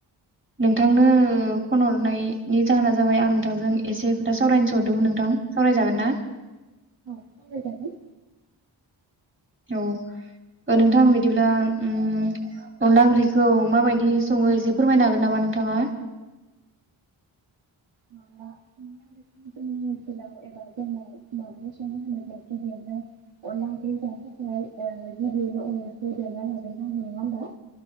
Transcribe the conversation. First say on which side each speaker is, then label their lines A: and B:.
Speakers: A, on the right; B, on the right.
A: नोंथांनो फन हरनायनि जाहोना जाबाय आं नोंथांजों एसे खोथा सावरायनोसो हरदोंमोन नोंथां सावरायजागोन ना?
B: सावराय जागोन
A: औ ओ नोंथां बिदिब्ला उम अनला ओंख्रिखौ माबायदि सङो एसे फोरमायनो हागोन नामा नोंथाङा?
B: जोंनि ओनसोलाव एबा जोंनाव माब्रै सङो होनोब्ला गिबियावनो अनला ओंख्रि जानो थाखाय थाखाय गिबियावनो अनलाखौ देना लाग्रो नांगौ नङा होमबा